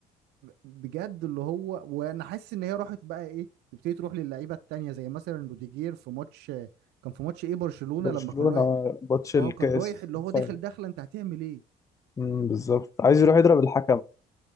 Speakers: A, on the right; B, on the left.
A: بجد اللي هو وانا حاسس ان هي راحت بقى ايه تبتدي تروح للعيبه التانيه زي مثلا روديجير في ماتش كان في ماتش ايه برشلونه
B: برشلونة
A: لما كان رايح
B: ماتش الكاس
A: اه كان رايح اللي
B: الفاينل
A: هو داخل داخله انت هتعمل ايه
B: امم بالظبط عايز يروح يضرب الحكم